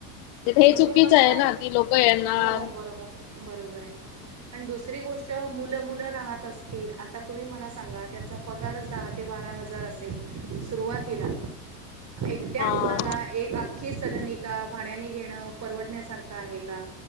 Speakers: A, on the left; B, on the right.
A: हे
B: म्हणजे
A: चुकीच
B: कस आहे
A: ना ती लोक येणार
B: हो बरोबर आहे बरोबर आहे आणि दुसरी गोष्ट मुलं मुलं राहत असतील आता तुम्ही मला सांगा त्यांचा पगारच दहा ते बारा हजार असेल सुरवातीला त्या
A: हा.
B: मुलाला एक आख्खी सदनिका भाड्याने घेणं परवडण्यासारखं आहे का